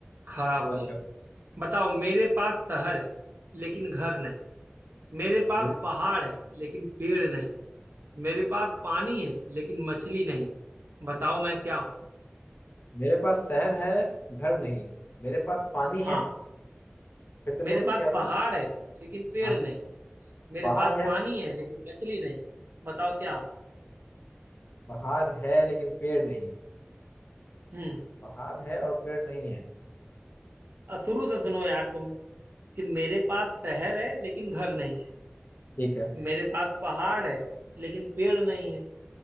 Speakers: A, on the right; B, on the left.
A: खराब
B: मदद
A: हो जाए
B: कर
A: बताओ मेरे पास शहर है लेकिन घर नहीं मेरे पास
B: मेरे
A: पहाड़ है लेकिन पेड़ नहीं मेरे पास पानी है लेकिन मछली नहीं बताओ मैं क्या हूँ
B: मेरे पास शहर है घर नहीं मेरे पास पानी
A: हाँ
B: है फिर से बोलूं
A: मेरे पास
B: क्या बोलूं
A: पहाड़ है लेकिन पेड़
B: हाँ
A: नहीं मेरे
B: पहाड़
A: पास
B: है
A: पानी है लेकिन मछली नहीं बताओ क्या हूँ
B: पहाड़ है लेकिन पेड़ नहीं
A: हम्म
B: पहाड़ है और पेड़ नहीं है
A: अब शुरू से सुनो यार तुम कि मेरे पास शहर है लेकिन घर नहीं है
B: ठीक है
A: मेरे पास पहाड़ है लेकिन पेड़ नहीं है